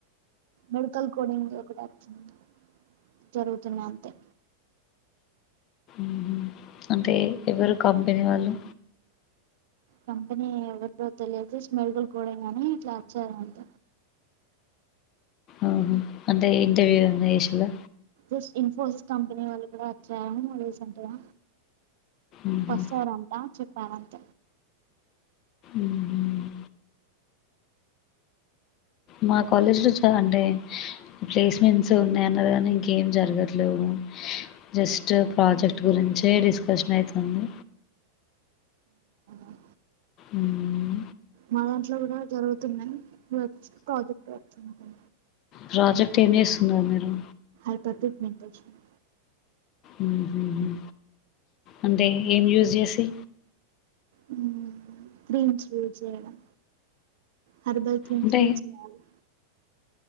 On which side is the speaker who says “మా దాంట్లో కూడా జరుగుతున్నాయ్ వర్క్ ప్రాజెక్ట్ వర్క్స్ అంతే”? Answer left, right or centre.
Right